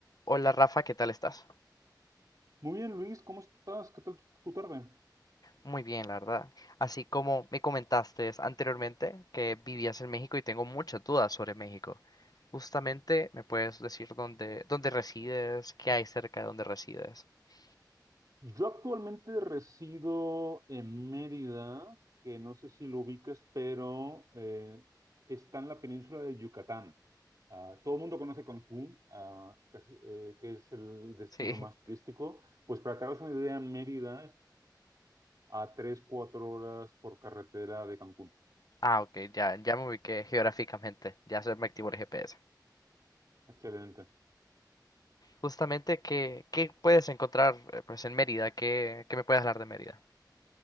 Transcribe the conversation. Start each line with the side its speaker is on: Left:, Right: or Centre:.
Left: Hola Rafa, ¿qué tal estás?
Right: Muy bien, Luis, ¿cómo estás? ¿Qué tal tu tu tarde?
Left: Muy bien, la verdad. Así como me comentaste anteriormente que vivías en México y tengo muchas dudas sobre México. Justamente, ¿me puedes decir dónde, dónde resides? ¿Qué hay cerca de donde resides? <laughs>
Right: Yo actualmente resido en Mérida, que no sé si lo ubicas, pero eh, está en la península de Yucatán. Ah, todo el mundo conoce Cancún, ah, casi, eh, que es el destino
Left: Sí.
Right: más turístico. Pues para que te hagas una idea, Mérida es a tres cuatro horas por carretera de Cancún.
Left: Ah, ok, ya, ya me ubiqué geográficamente. Ya se me activó el GPS.
Right: Excelente.
Left: Justamente, ¿qué, qué puedes encontrar eh, pues, en Mérida? ¿Qué, qué me puedes hablar de Mérida?